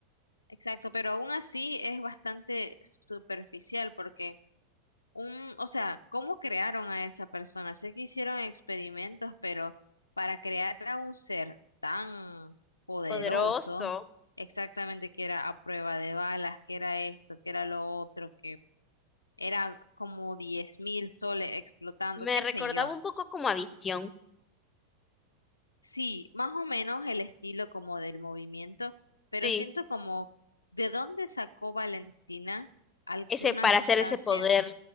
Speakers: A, on the left; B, on the left.
A: Exacto, pero aún así es bastante superficial porque un, o sea, ¿cómo crearon a esa persona? Sé que hicieron experimentos, pero para crear a un ser tan poderoso,
B: Poderoso.
A: exactamente que era a prueba de balas, que era esto, que era lo otro, que era como diez mil soles explotando,
B: Me
A: qué
B: recordaba
A: sé yo.
B: un poco como a Visión,
A: Sí, más o menos el estilo como del movimiento, pero
B: sí,
A: siento como de dónde sacó Valentina alguna
B: ese para
A: sustancia,
B: hacer ese poder,